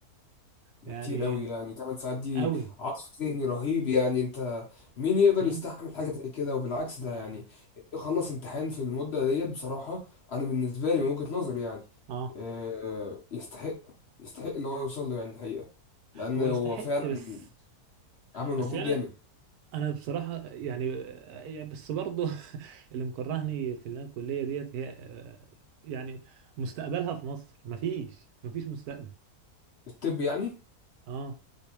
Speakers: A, on the left; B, on the right.
A: ده
B: يعني
A: كتير قوي يعني 8 ساعات دي
B: قوي
A: عصف ذهني رهيب يعني انت مين يقدر
B: م?
A: يستحمل حاجة زي كده وبالعكس
B: آه.
A: ده يعني خلص امتحان في المدة ديت بصراحة انا بالنسبة لي من وجهة نظري يعني
B: آه.
A: آه، يستحق يستحق اللي هو يوصل له يعني الحقيقة لان
B: هو
A: هو
B: يستحق
A: فعلا
B: بس
A: عمل مجهود
B: بس يعني
A: جامد
B: انا بصراحه يعني يعني بس برضه <laughs> اللي مكرهني في اللي أنا الكليه ديت هي آه، يعني مستقبلها في مصر مفيش مفيش مستقبل
A: الطب يعني
B: اه